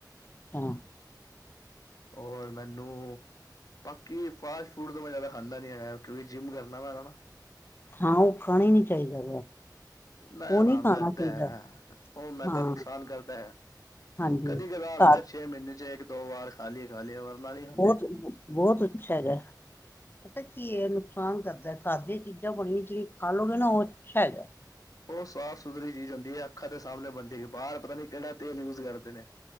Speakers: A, on the left (about 30°); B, on the left (about 50°).
A: ਹੂੰ
B: ਹੋਰ ਮੈਨੂੰ ਬਾਕੀ ਫਾਸਟ ਫੂਡ ਤੋਂ ਮੈਂ ਜ਼ਿਆਦਾ ਖਾਂਦਾ ਨੀ ਹੈਗਾ ਕਿਉਂਕਿ ਜਿੰਮ ਕਰਨਾ ਵਾਸਤੇ
A: ਹਾਂ ਉਹ ਖਾਣਾ ਹੀ ਨਹੀਂ ਚਾਹੀਦਾ।
B: ਨਾ
A: ਉਹ
B: ਨਾ
A: ਨਹੀਂ ਖਾਣਾ
B: ਮੈਦਾ
A: ਚਾਹੀਦਾ
B: ਹੈਗਾ ਉਹ ਮੈਦਾ
A: ਹਾਂ
B: ਨੁਕਸਾਨ ਕਰਦਾ ਹੈਗਾ।
A: ਹਾਂਜੀ
B: ਕਦੀ ਕਦਾਰ
A: ਘਰ
B: ਹੇਗਾ ਛੇ ਮਹੀਨੇ ਚ ਇੱਕ ਦੋ ਵਾਰ ਖਾਲੀਏ ਖਾਲੀਏ ਵਾਰ ਬਾਰ ਨਹੀਂ ਖਾਂਦੇ।
A: ਬਹੁਤ ਬਹੁਤ ਅੱਛਾ ਹੈਗਾ ਪਤਾ ਕੀ ਨੁਕਸਾਨ ਕਰਦਾ ਘਰ ਦੀਆਂ ਚੀਜ਼ਾਂ ਬਣੀਆਂ ਜਿਹੜੀਆਂ ਖਾਲੋ ਗੇ ਨਾ ਉਹ ਅੱਛਾ ਹੇਗਾ
B: ਉਹ ਸਾਫ਼ ਸੁਥਰੀ ਚੀਜ਼ ਹੁੰਦੀ ਏ ਅੱਖਾਂ ਦੇ ਸਾਹਮਣੇ ਬਣਦੀ ਹੇਗੀ ਬਾਹਰ ਪਤਾ ਨੀ ਕਿਹੜਾ ਤੇਲ ਯੂਜ ਕਰਦੇ ਨੇ।